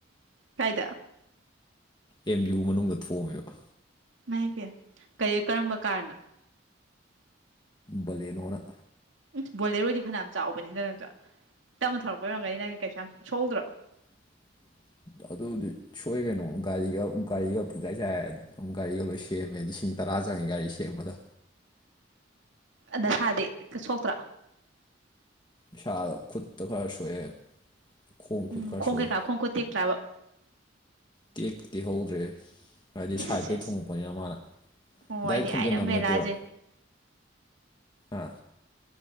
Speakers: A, on the right; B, on the left.
A: ꯀꯥꯏꯗ
B: ꯑꯦꯝ ꯌꯨ ꯃꯅꯨꯡꯗ ꯊꯣꯡꯑꯝꯃꯦꯕ
A: ꯃꯕ ꯀ ꯀꯔꯝꯕ ꯀꯥꯔꯅ
B: ꯕꯂꯦꯅꯣꯅ
A: ꯎ ꯕꯣꯂꯔꯨꯗꯤ ꯐꯅꯌꯥꯝꯅ ꯆꯥꯎꯕꯅꯤꯅ ꯅꯪꯁꯨ ꯇꯞꯅ ꯊꯧꯔꯛꯄ ꯑꯣꯏꯔꯝꯒꯅꯤ ꯅꯪ ꯀꯩꯁꯨ ꯌꯥꯝ ꯁꯣꯛꯎꯗ꯭ꯔꯣ
B: <unintelligible> ꯑꯗꯨꯗꯤ ꯁꯣꯏ ꯀꯩꯅꯣ ꯒꯥꯔꯤꯒꯛ ꯒꯥꯔꯤꯒ ꯄꯨꯡꯆꯥꯏ ꯆꯥꯏꯔꯦꯝ ꯒꯥꯔꯤꯒ ꯂꯣꯏ ꯁꯦꯝꯃꯦ ꯂꯤꯁꯤꯡ ꯇꯔꯥ ꯆꯪꯉꯤ ꯒꯥꯔꯤ ꯁꯦꯝꯕꯗ
A: ꯅꯁꯥꯗꯤ ꯁꯣꯛꯇ꯭ꯔꯥ
B: ꯏꯁꯗ ꯈꯨꯠꯇ ꯈꯔ ꯁꯣꯛꯑꯦ ꯈꯣꯡ
A: ꯎꯝ
B: ꯈꯨꯠ ꯈꯔ
A: ꯈꯣꯡ
B: ꯁꯣꯛꯑꯦ
A: ꯀꯩꯀꯥ ꯈꯣꯡ ꯈꯨꯠ ꯇꯦꯛꯇ꯭ꯔꯕ
B: ꯇꯦꯛꯇꯛꯇꯤ ꯍꯧꯗ꯭ꯔꯦ ꯍꯥꯏꯕꯗꯤ
A: ꯁꯦꯁ
B: ꯁꯥꯏꯗꯇꯩꯒꯤ ꯊꯣꯉꯛꯄꯅꯤꯅ ꯃꯥꯅ
A: ꯑꯣ
B: ꯗꯥꯏꯔꯦꯛ
A: ꯑꯩꯗꯤ
B: ꯊꯣꯝꯖꯤꯟꯅꯕ
A: ꯑꯥꯏꯔꯟ ꯃꯦꯂꯥꯁꯦ
B: ꯅꯠꯇꯦꯕ ꯑ